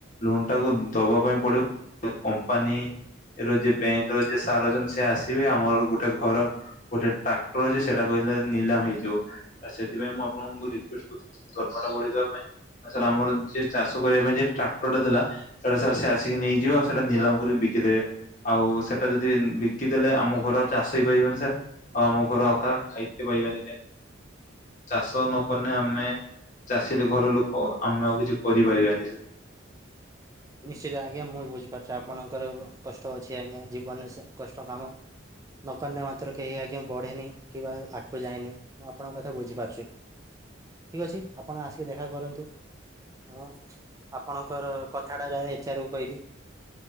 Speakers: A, on the left; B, on the right.
A: ଲୋନ୍‌ ଟାକୁ ଦବା ପାଇଁ ପଡିବ। କମ୍ପାନୀ ର ଯିଏ ବ୍ୟାଙ୍କ୍‌ର ଯିଏ ସାର୍ ଅଛ--ସେ ଆସିବେ। ଆମର ଗୋଟେ ଘର ଗୋଟେ ଟାକ୍ଟର ଅଛି, ସେଇଟା କହିଲେ ନିଲାମ ହେଇଯିବ। ସେଥିପାଇଁ ମୁଁ ଆପଣଙ୍କୁ ରିକ୍ୱେଷ୍ଟ୍ ଢୁ ଆମେ। ସାର୍ ଆମର ଚାଷ କରିବା ପାଇଁ ଯେ ଟାକ୍ଟର ଟା ଥିଲା, ସେଟା ସାର୍ ସେ ଆସିକି ନେଇଯିବ। ଆଉ ସେଇଟା ନିଲାମ କରି ବିକିଦେବେ, ଆଉ ସେଟା ଯଦି ବିକିଦେଲେ ଆମ ଘର ଚାଷ ହେଇପାରିବନି ସାର୍। ଆଉ ଆମ ଘର ଅଖା ଖାଇତେ ପାଇବେନି କେ ଚାଷ ନକନେ ଆମେ ଚାଷୀ ଘର ଲୁ କ, ଆମେ ଆଉ କିଛି କରିପାରିବାନି ସା
B: ନିଶ୍ଚିତେ ଆଜ୍ଞା। ମୁଇଁ ବୁଝି ପାରୁଛେ ଆପଣଙ୍କର କଷ୍ଟ ଅଛି ଆଜ୍ଞା, ଜୀବନ୍‌ରେ ସେ କଷ୍ଟ କାମ। ନକନେ ମାତ୍ର କେହି ଆଜ୍ଞା ବଢ଼େନି କିବା ଆଗ୍କୁ ଯାଏନି। ମୁଁ ଆପଣଙ୍କ କଥା ବୁଝିପାରୁଚି। ଠିକ୍ ଅଛି ଆପଣ ଆସିକି ଦେଖା କରନ୍ତୁ। ମୁଁ ଆପଣକ ର କଥାଟା ଯାଇ ଏଚ୍ଆର୍‌ କୁ କଇବି।